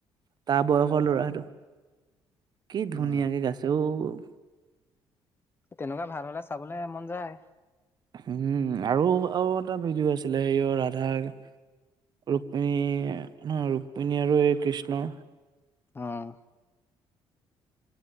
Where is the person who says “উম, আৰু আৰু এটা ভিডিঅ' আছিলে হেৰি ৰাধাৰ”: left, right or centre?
Right